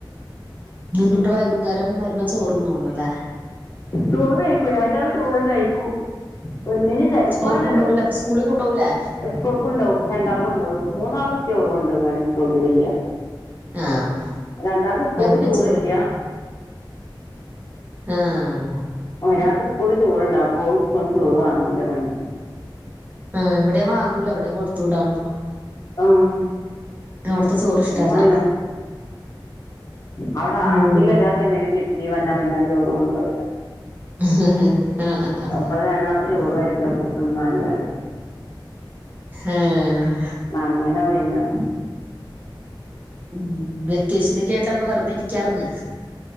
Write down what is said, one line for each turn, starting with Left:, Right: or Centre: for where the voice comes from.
Right: ത്ന്ന്ത്ട്ട് <unintelligible> വൈകുന്നേരം വര്ഭം ചോറ്ന്നോളു അല്ലേ
Left: ചോറ് വെയ്ക്കൂല <unintelligible> ഡാള് ചോറ് കയിക്കും. പെണ്ണിന് ചെലപ്പണ്ട്
Right: ചോറ് കൊണ്ടോവൂല അപ്പൊ സ്കൂളിൽ കൊണ്ടോവൂലേ
Left: സ്കൂൾക്ക് കൊണ്ടോഉം രണ്ടാള് കൊണ്ടോഉം മൂന്നാളും ചോറ് കൊണ്ടോ ആണ് സ്കൂൾക്ക് ചെയ്യാ.
Right: ആഹ്
Left: രണ്ടാക്ക് സ്കൂള്ല്
Right: വരുമ്പം
Left: ചോറ്ല്ല
Right: ചോറ് ആഹ്
Left: ഒരാക്ക് സ്കൂള്ല് ചോറ്ണ്ടപ്പൊ ഓള് സ്കൂൾന്ന് ചോറ് വാങ്ങൂല പെണ്ണ്
Right: ആഹ് ഇവടേം വാങ്ങൂല ഇവടേം കൊട്ത്ത് വിടാണ്.
Left: ആഹ് <unintelligible>
Right: അവിടുത്തെ ചോറ് ഇഷ്ടല്ല
Left: പിന്നെ അവടെ ആർക്കേലും
Right: ഉം
Left: ഒരാൾക്ക് എന്തേലും കി ട്ടി പറഞ്ഞാ ചോറ് കൊണ്ടോവൂല
Right: ആഹ് ആഹ് ആഹ്
Left: അവൻ പറയും അവിടുത്തെ ചോറ് കഴിക്കാൻ കൊള്ളുലാ തിന്നാന് പറയും
Right: ആഹ്
Left: അങ്ങനെ പോയിന്ന
Right: മ് വെക്കേഷനെക്കെ ആയിട്ട് വെറുതെ ഇരിക്കാർന്ന്